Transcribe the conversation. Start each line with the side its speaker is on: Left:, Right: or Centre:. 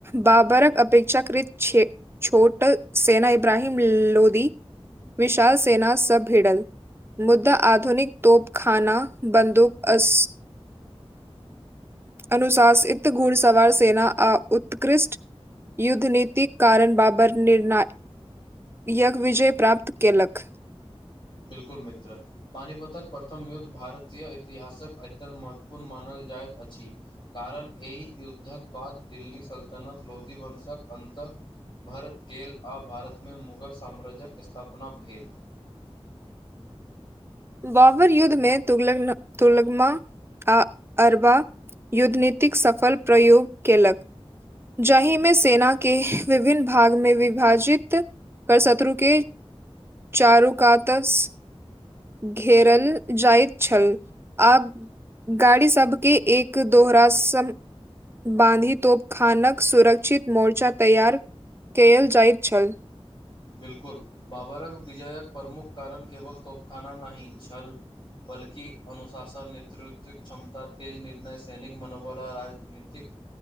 Right: बाबरक अपेक्षाकृत छैय छोट सेना इब्रहिम लोधी विशाल सेना सब भिड़ल मुद्दा आधुनिक तोप खाना बन्दूक अस अनुशासित घुड़सवार सेना आ उत्कृष्ट युद्ध निति कारण बाबर निर्णाय याज्ञ विजय प्राप्त कयेलक
Left: बिल्कूल मित्र पानीपतक प्रथम युद्ध भारतीय इतिहास कऽ अत्यन्त महत्वपूर्ण मानल जाइत अछि कारण एहि युद्ध कऽ बाद दिल्ली सल्तनत लोधी वंशक अन्त भरि गेल आ भारतमे मुगल साम्राज्यक स्थापना भेल।
Right: बावर युद्ध मे तुलगमा आ अरबा युद्धनीति कऽ सफल प्रयोग कयेलक जाहिमे सेना के विभिन्न भागमे विभाजित पर शत्रु कऽ चारु काातस घेरल जाइत छै आब गाड़ी सभके एक दोहरा सम बाँधितोप खानक सुरक्षित मोर्चा तैयार कल जाइत छै
Left: बिल्कूल बाबरक विजयक प्रमुख कारण केवल तोपखाना नहि छल बल्कि अनुशासन नेतृत्वक क्षमता तेज निर्णय सैनिक मनोबल आ राजनीति कऽ